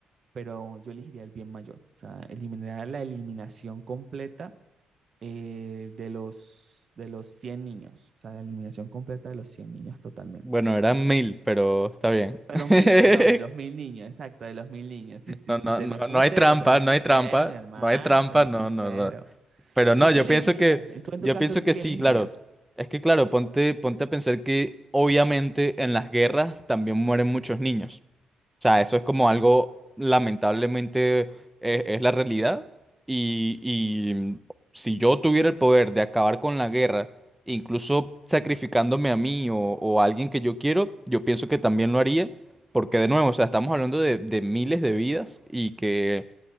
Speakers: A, on the right (about 45°); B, in the centre.
A: pero yo elegiría el bien mayor. O sea, eliminaría la eliminación completa eh, de los, de los 100 niños. O sea, la eliminación completa de los 100 niños totalmente.
B: Bueno, eran mil, pero está bien.
A: Pero
B: <laughs>
A: mil, perdón, de los mil niños, exacto, de los mil niños. Sí, sí,
B: No,
A: sí,
B: no,
A: se
B: no,
A: me fue
B: no
A: un
B: hay
A: cero,
B: trampa,
A: se me fue
B: no
A: un
B: hay
A: cero,
B: trampa,
A: mi hermano,
B: no hay trampa,
A: se me
B: no,
A: fue un
B: no,
A: cero.
B: no. Pero no,
A: ¿Tú
B: yo
A: qué elegirías?
B: pienso que,
A: Tú en
B: yo
A: tu caso,
B: pienso que
A: ¿qué
B: sí,
A: elegirías?
B: claro. Es que claro, ponte, ponte a pensar que obviamente en las guerras también mueren muchos niños. O sea, eso es como algo, lamentablemente, eh, es, la realidad. Y, y si yo tuviera el poder de acabar con la guerra, incluso sacrificándome a mí o, o a alguien que yo quiero, yo pienso que también lo haría. Porque de nuevo, o sea, estamos hablando de, de miles de vidas y que